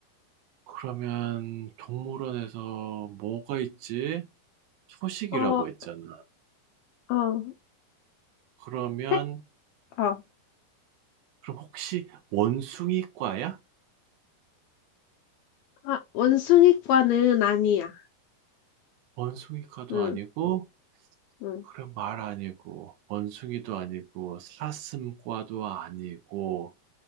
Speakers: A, on the right; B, on the left.
A: 그러면 동물원에서 뭐가 있지? 초식이라고
B: 어,
A: 했잖아.
B: 어,
A: 그러면,
B: 색, 어.
A: 그럼 혹시 원숭이과야?
B: 아, 원숭이과는 아니야.
A: 원숭이과도
B: 응,
A: 아니고,
B: 응.
A: 그럼 말 아니고, 원숭이도 아니고, 사슴과도 아니고,